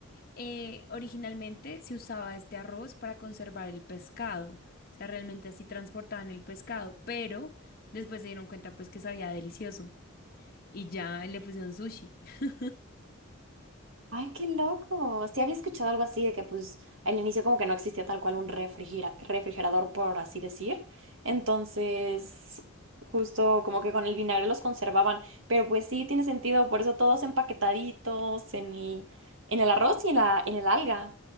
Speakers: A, on the left (about 45°); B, on the right (about 65°).
A: eh, originalmente se usaba este arroz para conservar el pescado. O sea, realmente así transportaban el pescado, pero después se dieron cuenta pues que sabía delicioso y ya le pusieron sushi. <laughs>
B: Ay, qué loco. Sí había escuchado algo así de que pues al inicio como que no existía tal cual un refrigera- refrigerador, por así decir. Entonces, justo como que con el vinagre los conservaban. Pero pues sí, tiene sentido, por eso todos empaquetaditos en el, en el arroz y en la, en el alga.